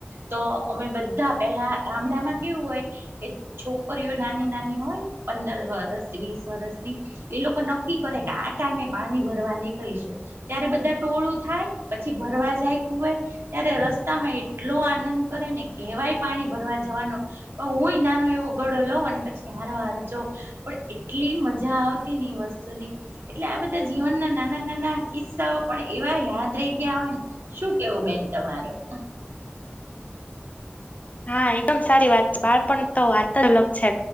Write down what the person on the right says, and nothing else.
તો અમે બધા પેલા ગામડામાં કેવું હોય કે છોકરીઓ નાની નાની હોય પંદર વરસ વીસ વરષની એ લોકો નક્કી કરે કે આ ટાઈમે પાણી ભરવા નીકળીશું ત્યારે બધા ટોળું થાય પછી ભરવા જાય ખુવેય ત્યારે રસ્તામાં એટલો આનંદ કરે ને કહેવાય પાણી ભરવા જવાનું પણ હુંય નાનો એવો ગળો લઉં અને પછી હરો હર જો પણ એટલી મજા આવતી ને એ વસ્તુની એટલે આ બધા જીવનના નાના નાના કિસ્સાઓ પણ એવા યાદ રહી ગયા હોય શું કેવું બેન તમારોું